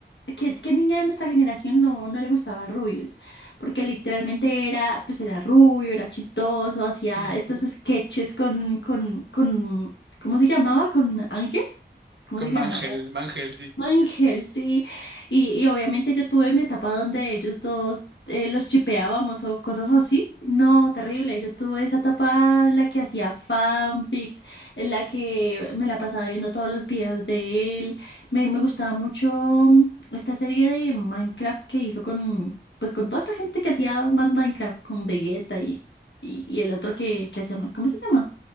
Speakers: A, on the left; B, on the right.
A: qué, qué niña de nuestra generación no, no le gustaba rubios? Porque literalmente era, pues era rubio, era chistoso, hacía
B: <laughs>
A: estos sketches con, con, con, ¿cómo se llamaba? ¿Con Ángel? ¿Cómo
B: Con
A: se llamaba?
B: Mangel, Mangel, sí.
A: Ángel, sí. Y, y obviamente yo tuve mi etapa donde ellos dos eh, los chipeábamos o cosas así. No, terrible. Yo tuve esa etapa en la que hacía fanfics, en la que me la pasaba viendo todos los videos de él. Me, me gustaba mucho mm, esta serie de Minecraft que hizo con, pues con toda esta gente que hacía más Minecraft, con Vegeta y, y, y el otro que, que hacía, ma- ¿cómo se llama?